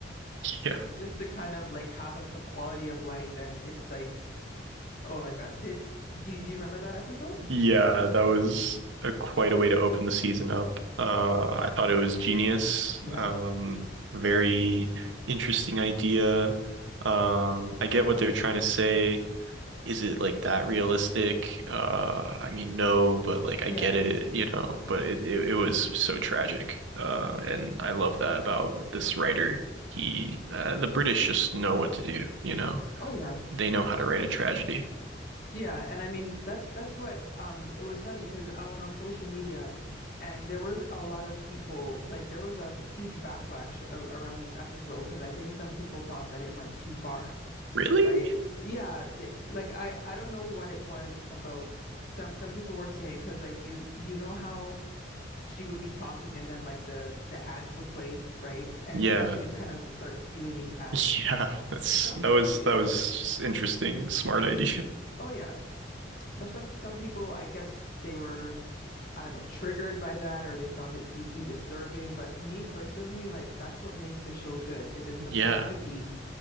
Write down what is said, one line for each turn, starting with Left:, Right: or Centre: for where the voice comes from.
Right: Yeah.
Left: <laughs> just to kind of like have a, a quality of life and it's like oh my God. Did do, you- do you remember that episode?
Right: Yeah, that was a, quite a way to open the season up. Uh, I thought it was genius.
Left: Yeah.
Right: Um, very interesting idea. Um, I get what they're trying to say. Is it like that realistic? Uh, I mean, no, but like I
Left: Yeah.
Right: get it, you know, but it, it, it was so tragic. Uh, and I love that about this writer. He, uh, the British just know what to do, you know,
Left: Oh yeah.
Right: they know how to write a tragedy.
Left: Yeah, and I mean that's that's what um it was funny because I was on social media and there was a lot of people like there was a huge backlash a around this episode because I think some people thought that it went too far,
Right: Really?
Left: right? Yeah, th- like I I don't know what it was about. Some some people were saying because like you you know how she would be talking and then like the the ads would play, right? And
Right: Yeah.
Left: and then she would
Right: <laughs>
Left: kind of start spewing these ads.
Right: Yeah, that's
Left: Some
Right: that was
Left: some people,
Right: that was interesting, smart idea.
Left: oh yeah. But some some people, I guess they were, I don't know, triggered by that or they found it deeply disturbing. But me personally, like that's what makes the show good, is it's supposed
Right: Yeah.
Left: to be